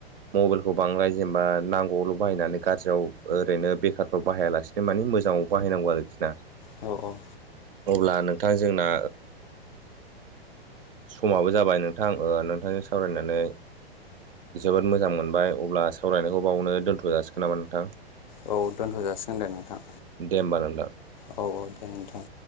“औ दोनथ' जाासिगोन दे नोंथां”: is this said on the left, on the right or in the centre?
Left